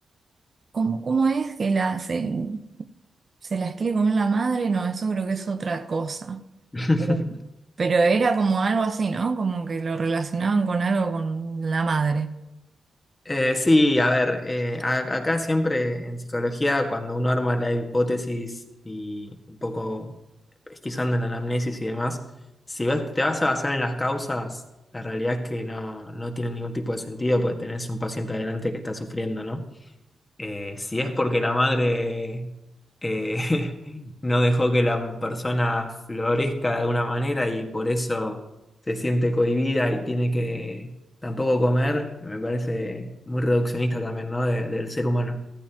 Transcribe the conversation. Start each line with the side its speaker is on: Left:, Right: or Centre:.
Right: ¿cómo, cómo es que la, se, se las quiere comer la madre? No, eso creo que es otra cosa.
Left: <laughs>
Right: Eh, Pero era como algo así, ¿no? Como que lo relacionaban con algo con la madre.
Left: Eh, sí, a ver, eh, a- acá siempre en psicología, cuando uno arma la hipótesis y un poco pesquisando en la anamnesis y demás, si vas- te vas a basar en las causas, la realidad es que no, no tiene ningún tipo de sentido porque tenés un paciente adelante que está sufriendo, ¿no? Eh, si es porque la madre eh, <laughs> no dejó que la persona florezca de alguna manera y por eso se siente cohibida y tiene que tampoco comer, me parece muy reduccionista también, ¿no? de- del ser humano.